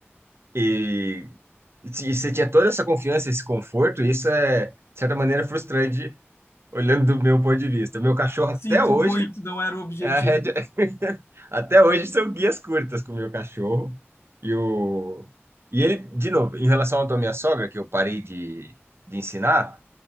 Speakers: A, on the right; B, on the left.
A: E, se você tinha toda essa confiança, esse conforto, isso é, de certa maneira, frustrante, olhando do meu ponto de vista. Meu cachorro, até
B: Sinto
A: hoje,
B: muito, não era o objetivo.
A: é a rédea... <laughs> Até hoje são guias curtas com o meu cachorro. E, o... e ele, de novo, em relação à tua minha sogra, que eu parei de, de ensinar,